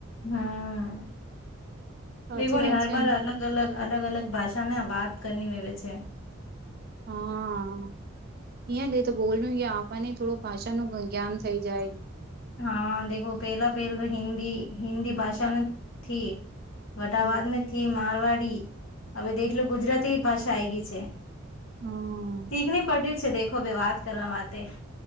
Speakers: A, on the left; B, on the right.
A: હા
B: સાચી
A: બેગો
B: વાત
A: હર
B: છે
A: બાર
B: ને
A: હલા અલગ અલગ અલગ અલગ ભાષામાં વાત કરની આવેવે છે
B: હા અહીં લે તો બોલ આપવાને થોડું ભાષા ન જ્ઞાન થઈ જાય
A: હા દખો પહેલા પહેલા તો હિન્દી હિન્દી ભાષાને થી વટાવાદ
B: હમ્મ
A: થી મારવાડી હવે દેખલો ગુજરાતી ભાષા આ ગઈ છે
B: હા
A: શીખણી પડ છે દેખો ભ વાત કરવા વાતે